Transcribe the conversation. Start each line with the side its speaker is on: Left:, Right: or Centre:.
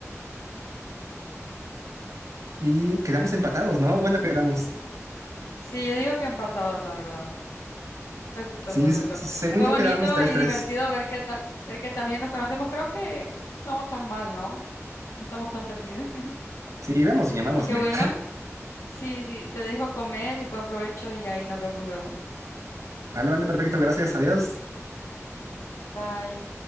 Right: Y quedamos empatados, ¿no? Bueno, quedamos.
Left: Sí, yo digo que empatados, la verdad. Fue justo,
Right: Sí,
Left: fue
Right: s-
Left: justo.
Right: según
Left: Fue
Right: yo
Left: bonito
Right: quedamos tres
Left: y
Right: tres
Left: divertido ver que, ta- ver que también nos conocemos. Creo que no estamos tan mal, ¿no? No estamos tan perdidos. <laughs>
Right: Sí, vamos bien,
Left: Así
Right: vamos
Left: que
Right: bien.
Left: bueno, sí, sí, te dejo comer y buen provecho y ahí nos vemos luego.
Right: Vale, vale, perfecto, gracias, adiós.
Left: Bye.